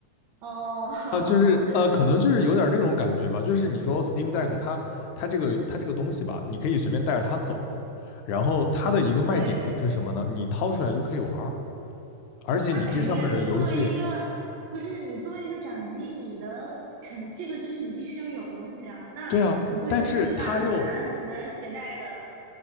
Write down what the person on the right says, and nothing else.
哦，<laughs>
对对对，
那肯定啊！你作为一个不是你作为一个掌机，你的肯这个就是你必须要有的东西啊。那你做一个特别大难难携带的，